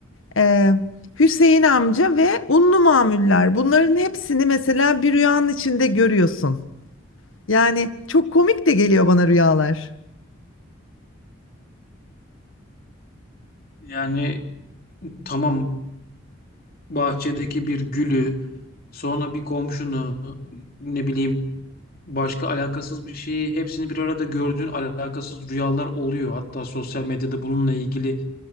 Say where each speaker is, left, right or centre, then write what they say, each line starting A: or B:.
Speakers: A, on the left (about 75°); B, on the left (about 45°).
A: e, Hüseyin amca ve unlu mamuller. Bunların hepsini mesela bir rüyanın içinde görüyorsun. Yani çok komik de geliyor bana rüyalar.
B: Yani tamam bahçedeki bir gülü, sonra bir komşunu, ne bileyim başka alakasız bir şeyi hepsini bir arada gördüğün alakasız rüyalar oluyor. Hatta sosyal medyada bununla ilgili